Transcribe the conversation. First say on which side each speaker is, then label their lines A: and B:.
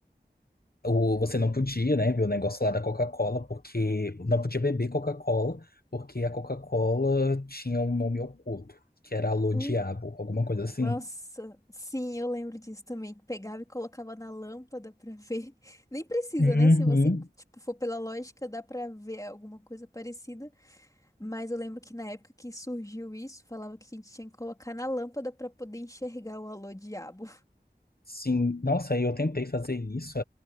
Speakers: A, on the left; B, on the left.
A: o, você não podia, né, ver o negócio lá da Coca-Cola, porque não podia beber Coca-Cola, porque a Coca-Cola tinha um nome oculto, que era Alô
B: Hum.
A: Diabo, alguma coisa assim.
B: Nossa, sim, eu lembro disso também, que pegava e colocava na lâmpada pra ver. <laughs> Nem precisa,
A: Uhum.
B: né? Se você, tipo, for pela lógica, dá pra ver alguma coisa parecida. Mas eu lembro que na época que surgiu isso, falava que a gente tinha que colocar na lâmpada pra poder enxergar o alô diabo.
A: Sim, nossa, e eu tentei fazer isso.